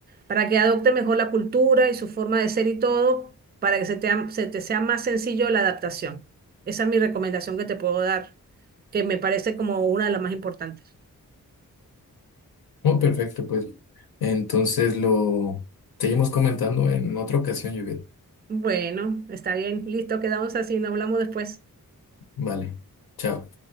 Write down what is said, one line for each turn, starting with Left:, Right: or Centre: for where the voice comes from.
Right: para que adopte mejor la cultura y su forma de ser y todo, para que se te, am- se te sea más sencillo la adaptación. Esa es mi recomendación que te puedo dar, que me parece como una de las más importantes.
Left: Oh, perfecto, pues. Entonces lo seguimos comentando en otra ocasión, Judith.
Right: Bueno, está bien, listo, quedamos así, nos hablamos después.
Left: Vale. Chao.